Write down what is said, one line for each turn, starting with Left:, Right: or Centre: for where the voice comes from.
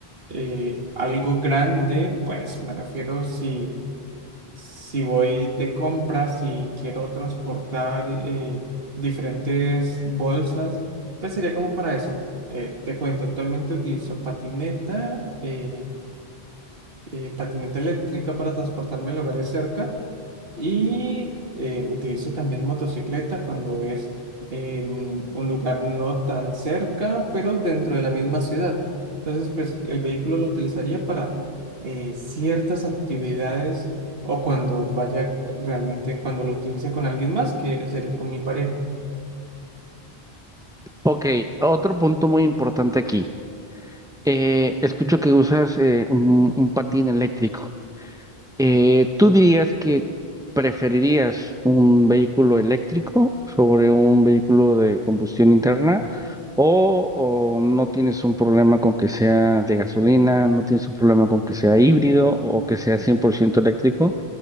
Right: eh, algo grande, pues me refiero si, si voy de compras y quiero transportar eh, diferentes bolsas, pues sería como para eso. Eh, te cuento, actualmente utilizo patineta, eh, eh, patineta eléctrica para transportarme a lugares cerca y eh, utilizo también motocicleta cuando es eh, un lugar no tan cerca, pero dentro de la misma ciudad. Entonces, pues el vehículo lo utilizaría para eh, ciertas actividades o cuando vaya realmente, cuando lo utilice con alguien más, que sería con mi pareja.
Centre: Ok, otro punto muy importante aquí. Eh, escucho que usas eh, un, un patín eléctrico. Eh, ¿tú dirías que preferirías un vehículo eléctrico sobre un vehículo de combustión interna o, o no tienes un problema con que sea de gasolina, no tienes un problema con que sea híbrido o que sea 100% eléctrico?